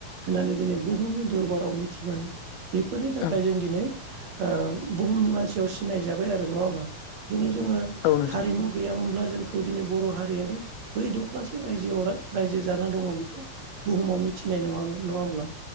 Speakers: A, on the right; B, on the left.
A: होननानै दिनै बुहुमनि दरबाराव मिथिबाय बेफोरनि थाखाय
B: औ
A: जों दिनै। ओ बुहुमनि मानसियाव सिनाय जाबाय आरो नङा होमबा दिनै जोङो
B: औ नोंथां
A: हारिमु गैयामोन। ब्ला जोंखौ दिनै बर' हारियारि बै दख्लासे रायजोआव रा-रायजो जानानै दङ बेखौ बुहुमाव। मिथिनाय नङामोन नङा होमब्ला